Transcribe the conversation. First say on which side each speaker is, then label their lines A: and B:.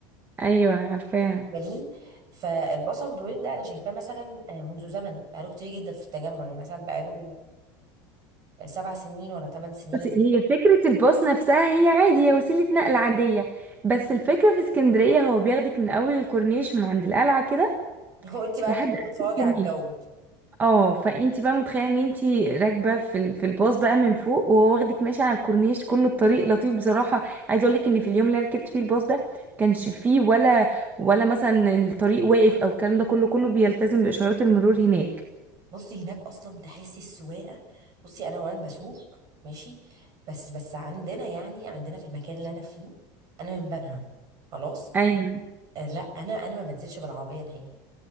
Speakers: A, on the right; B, on the right.
A: ايوه عارفاها
B: جميل فالبصل والدورين ده انا شايفاه مثلا آه، منذ زمن بقاله كتير جدا في التجمع يعني مثلا بقاله آه، سبع سنين ولا ثمان سنين
A: بس هي فكرة الباص نفسها هي عادي هي وسيلة نقل عادية بس الفكرة في اسكندرية هو بياخدك من أول الكورنيش من عند القلعة كده
B: <laughs> وانت بقى
A: لحد
B: بتقعدي
A: آخر
B: تتفرجي
A: الكورنيش
B: على الجو
A: اه فانتي بقى متخيله ان انتي راكبه في ال- في الباص بقى من فوق وهو واخدك ماشيه على الكورنيش كل الطريق لطيف بصراحه عايزه اقول لك ان في اليوم اللي انا ركبت فيه الباص ده كانش فيه ولا ولا مثلا الطريق واقف او الكلام ده كله كله بيلتزم باشارات المرور هناك
B: بصي هناك اصلا تحسي السواقه بصي انا وانا بسوق ماشي بس بس عندنا يعني عندنا في المكان اللي انا فيه انا من بنها خلاص
A: ايوه
B: آه، لا انا انا ما بنزلش بالعربيه نهائي